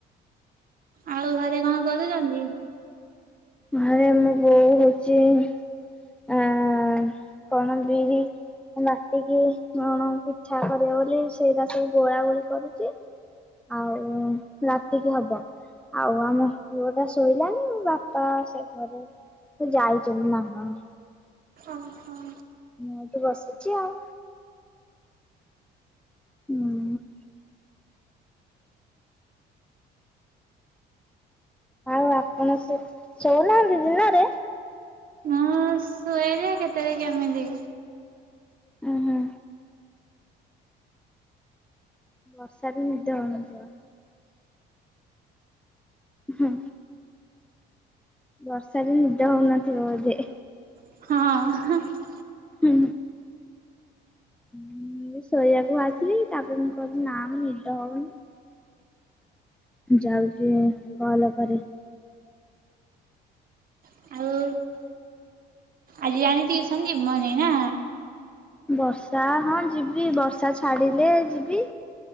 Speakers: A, on the right; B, in the centre.
A: ଆଉ ଘରେ କଣ କରୁଛନ୍ତି?
B: ଘରେ ମୋ ବୋଉ ହଉଛି ଅ କଣ ବିରି ବାଟିକି କଣ ପିଠା କରିବ ବୋଲି ସେଇଟା ସବୁ ଗୋଳା ଗୋଳି କରୁଛି। ଆଉ ଉଁ ରାତିକି ହବ ଆଉ ଆମ ପୁଅଟା ଶୋଇଲାଣିି ବାପ ପା ସେ ଘରେ ସେ ଯାଇଛନ୍ତି ନା କଣ।
A: ଓ ହଁ।
B: ମୁଁ ଏଠି ବସିଛି ଆଉ। ହୁଁ। ଆଉ ଆପଣ ସେ ଶଉନାହାନ୍ତି ଦିନରେ?
A: ନାଁ ଶ୍ ଶୋଏ ଯେ କେତେବେଳେ କେମିତି।
B: ଉଁ ହୁଁ। ବର୍ଷାରେ ନିଦ ହଉନଥିବ। ହୁଁ। ବର୍ଷାରେ ନିଦ ହଉନଥିବ ବୋଧେ?
A: ହଁ।
B: ହୁଁ। ହୁଁ ମୁଁ ଶୋଇଆକୁ ବାହାରିଥିଲି ତାପରେ ମୁଁ କହିଲି ନା ମ ନିଦ ହଉନି। ଯାଉଛି କଲ କରେ।
A: ଆଉ ଆଜି ଜାଣି ଟିୟୁସନ ଯିବନି ନା!
B: ବର୍ଷା ହଁ ଯିବି ବର୍ଷା ଛାଡିଲେ ଯିବି।